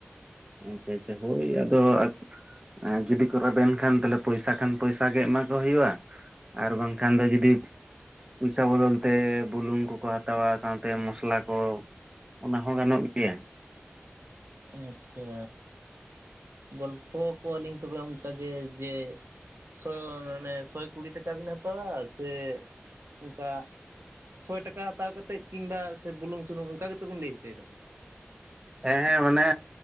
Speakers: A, on the right; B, on the right.
A: ᱟᱪᱪᱷᱟ ᱟᱪᱪᱷᱟ ᱦᱳᱭ ᱟᱫᱚ ᱟᱠᱷ ᱟ ᱡᱩᱫᱤ ᱠᱚ ᱨᱮᱵᱮᱱ ᱠᱷᱟᱱ ᱛᱟᱞᱦᱮ ᱯᱚᱭᱥᱟ ᱠᱷᱟᱱ ᱯᱚᱭᱥᱟ ᱜᱮ ᱮᱢᱟ ᱠᱚ ᱦᱩᱭᱩᱜᱼᱟ᱾ ᱟᱨ ᱵᱟᱝᱠᱷᱟᱱ ᱫᱚ ᱡᱩᱫᱤ ᱯᱚᱭᱥᱟ ᱵᱚᱫᱚᱞ ᱛᱮ ᱵᱩᱞᱩᱝ ᱠᱚᱠᱚ ᱦᱟᱛᱟᱣᱟ ᱥᱟᱶᱛᱮ ᱢᱚᱥᱞᱟ ᱠᱚ ᱚᱱᱟ ᱦᱚᱸ ᱜᱟᱱᱚᱜ ᱜᱮᱭᱟ᱾
B: ᱟᱪᱪᱷᱟ᱾ ᱜᱚᱞᱯᱷ ᱟᱠᱚᱣᱟᱞᱤᱧ ᱛᱚᱵᱮ ᱚᱝᱠᱟᱜᱮ ᱡᱮ ᱡᱮ ᱥᱚᱭ ᱢᱟᱱᱮ ᱥᱚᱭ ᱠᱩᱲᱤ ᱴᱟᱠᱟ ᱵᱤᱱ ᱦᱟᱛᱟᱣᱟ ᱥᱮ ᱚᱱᱠᱟ ᱥᱚᱭ ᱴᱟᱠᱟ ᱦᱟᱛᱟᱣ ᱠᱟᱛᱮᱫ ᱠᱤᱝᱵᱟ ᱥᱮ ᱵᱩᱞᱩᱝ ᱥᱩᱱᱩᱢ ᱚᱱᱠᱟ ᱜᱮᱛᱚᱵᱤᱱ ᱞᱟᱹᱭ ᱦᱚᱪᱚᱭᱫᱟ?
A: ᱦᱮᱸ ᱢᱟᱱᱮ